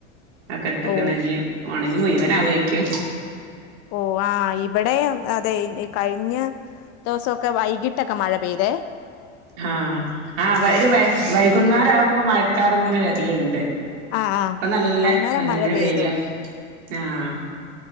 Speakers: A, on the right; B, on the left.
A: അഹകെട്ട്കിണ്
B: ഓ
A: ഞ് ഒണങി മുയ് വനാവോയ്ക്കു
B: ഓഹ് ആഹ് ഇവിടെ അതെ കഴിഞ്ഞ ദോസൊക്കെ വൈകിട്ടൊക്കെ മഴ പെയ്തേ
A: ആഹ് ആഹ് വ ഒര് വെ വൈകുന്നേരം ആവുമ്പോ മഴക്കാർ ഇങ്ങനെ വരല്ണ്ട്
B: ആഹ് ആഹ്
A: ഇപ്പൊ നല്ല
B: അങ്ങനെ
A: നല്ല
B: മഴ പെയ്തു
A: വെയില ആഹ്